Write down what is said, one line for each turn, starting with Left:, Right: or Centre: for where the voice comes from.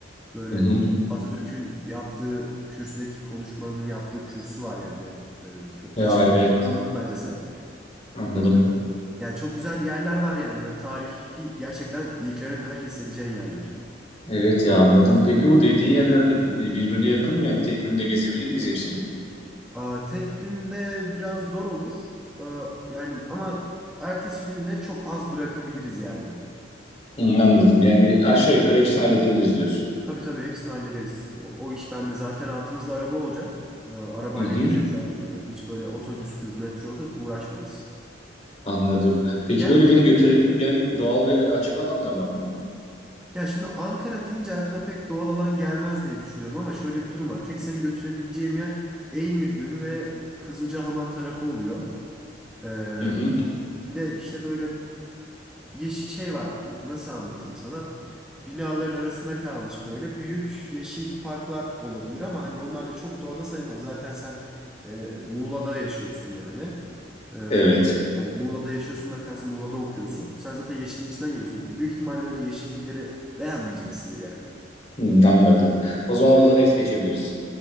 Centre: Böyle
Left: Hı hı.
Centre: Atatürk'ün yaptığı kürsüdeki konuşmanın yaptığı kürsü var yani. Ee, çok
Left: Ya
Centre: açıklamanı
Left: evet
Centre: da anladın bence sen.
Left: anladım.
Centre: Böyle- Yani çok güzel yerler var yani böyle tarihi gerçekten iliklerine kadar hissedeceğin yerler.
Left: Evet ya anladım. Peki bu dediğin yerler hani birbirine yakın mı? Yani tek günde gezebilir miyiz hepsini?
Centre: Aa, tek günde biraz zor olur. Aa, yani ama ertesi gününe çok az bırakabiliriz yani.
Left: Hı, anladım. Yani aşağı yukarı hepsini halledebiliriz diyorsun.
Centre: Tabii tabii hepsini hallederiz. O, o iş bende zaten altımızda araba olacak. Ee, arabayla
Left: Hı hı.
Centre: gezeriz her türlü. Hiç böyle otobüstür, metrodur uğraşmayız.
Left: Anladım. Peki
Centre: Gerçi
Left: böyle beni götürebileceğin doğal ve açık alanlar var mı?
Centre: Ya şimdi Ankara deyince aklına pek doğal alan gelmez diye düşünüyorum ama şöyle bir durum var. Tek seni götürebileceğim yer Eymir Gölü ve Kızılcahamam tarafı oluyor. Ee,
Left: Hı hı.
Centre: bir de işte böyle yeş şey var nasıl anlatayım sana? Binaların arasında kalmış böyle büyük yeşil parklar olabilir ama hani onlar da çok doğada sayılmaz. Zaten sen e, Muğla'da yaşıyorsun yani. Ee,
Left: Evet.
Centre: yani Muğla'da yaşıyorsundan kastım Muğla'da okuyorsun. Sen zaten yeşilin içinden geliyorsun. Büyük ihtimalle öyle yeşillikleri beğenmeyeceksindir yani.
Left: Hı, anladım. O zaman oraları es geçebiliriz.